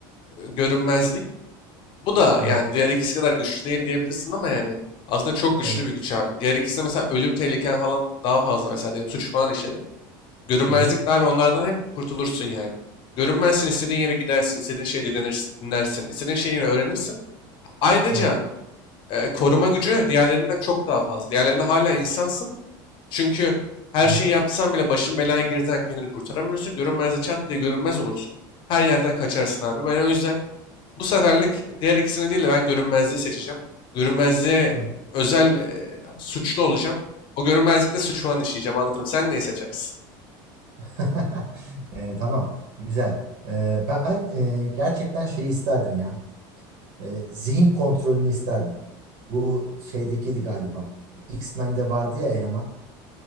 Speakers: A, on the left (about 50°); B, on the right (about 80°).
A: e, görünmezlik. Bu da
B: <laughs>
A: yani diğer
B: Evet.
A: ikisi kadar güçlü değil diyebilirsin ama yani aslında çok güçlü
B: Evet.
A: bir güç abi. Diğer ikisi de mesela ölüm tehliken falan daha fazla mesela diyelim suç falan işledin. Görünmezlik
B: Hı hı.
A: de abi onlardan hep kurtulursun yani. Görünmezsin istediğin yere gidersin, istediğin şeyi dinlersin, dinlersin, istediğin şeyi yine öğrenirsin. Ayrıca
B: Evet.
A: e, koruma gücü diğerlerinden çok daha fazla. Diğerlerinde hala insansın. Çünkü her
B: Hı hı.
A: şeyi yapsan bile başın belaya girdiğinden kendini kurtaramıyorsun. Görünmezde çat diye görünmez olursun. Her yerden kaçarsın abi. Ben o yüzden bu seferlik diğer ikisini değil de ben görünmezliği seçeceğim. Görünmezliğe
B: hı.
A: özel e, suçlu olacağım. O görünmezlikte suç falan işleyeceğim anlatırım. Sen neyi seçersin?
B: <laughs> Ee, tamam. Güzel. Ee, ben e, gerçekten şeyi isterdim ya. Ee, zihin kontrolünü isterdim. Bu şeydekiydi galiba. X-Men'de vardı ya eleman.